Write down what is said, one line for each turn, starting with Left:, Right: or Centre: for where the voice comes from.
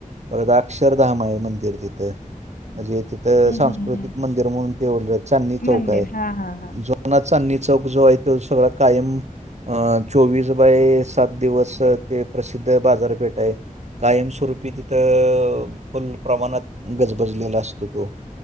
Right: परत अक्षरधाम आहे मंदिर तिथ म्हणजे तिथं
Left: हं,
Right: त सांस्कृतिक
Left: हं, हं.
Right: मंदिर म्हणून ते ओढलं चांदणी चौक
Left: मंदिर
Right: आहे
Left: हा हा हा
Right: जो पुनात चांदणी चौक जो आहे तो सगळा कायम अ चोवीस बाय सात दिवस ते प्रसिद्ध बाजारपेठ आहे. कायमस्वरूपी ती त फुल प्रमाणात गजबजलेला असतो तो